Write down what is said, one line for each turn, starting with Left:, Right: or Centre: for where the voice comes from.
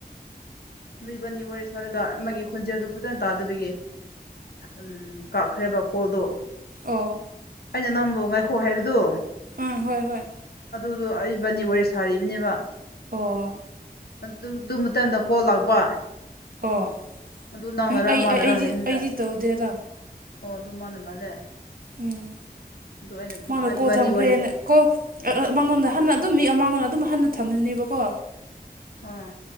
Left: ꯗꯨ ꯏꯕꯥꯟꯅꯤ ꯋꯥꯔꯤ ꯁꯥꯔꯒ ꯑꯃꯒꯤ ꯈꯣꯟꯖꯦꯜꯗꯨ ꯐꯖꯟ ꯇꯥꯗꯕꯒꯤ ꯎꯝ ꯀꯥꯛꯈ꯭ꯔꯦꯕ ꯀꯣꯜꯗꯣ
Right: ꯑꯣ
Left: ꯑꯩꯅ ꯅꯝꯕꯨ ꯉꯥꯏꯈꯣ ꯍꯥꯏꯕꯗꯨ
Right: ꯎꯝ ꯍꯣꯏ ꯍꯣꯏ
Left: ꯑꯗꯨꯗꯣ ꯑꯩ ꯕꯥꯟꯅꯤ ꯋꯥꯔꯤ ꯁꯥꯔꯤꯕꯤꯅꯦꯕꯥ
Right: ꯑꯣ
Left: ꯑꯗꯨ ꯗꯨ ꯃꯇꯝꯗ ꯀꯣꯜ ꯂꯥꯛꯄ
Right: ꯑꯣ
Left: ꯑꯗꯨ ꯅꯥꯃꯔ
Right: ꯎꯝ ꯑꯩ
Left: ꯃꯥꯅꯔ
Right: ꯑꯩ ꯑꯩꯗꯤ
Left: ꯍꯥꯏꯕꯤꯅꯤꯗ
Right: ꯑꯩꯗꯤ ꯇꯧꯗꯦꯗ
Left: ꯑꯣ ꯑꯗꯨ ꯃꯥꯅ ꯃꯥꯜꯂꯦ
Right: ꯎꯝ
Left: ꯑꯗꯨ ꯑꯩꯅ
Right: ꯃꯥꯅ ꯀꯣꯜ
Left: ꯏꯕꯥꯅꯤ
Right: ꯊꯝꯈ꯭ꯔꯦꯅ
Left: ꯋꯥꯔꯤ
Right: ꯀꯣꯛ ꯑ ꯑ ꯃꯉꯣꯟꯗ ꯍꯟꯅ ꯑꯗꯨꯝ ꯃꯤ ꯑꯃ ꯉꯣꯟꯗ ꯑꯗꯨꯝ ꯍꯟꯅ ꯊꯝꯃꯅꯦꯕꯀꯣ
Left: ꯑ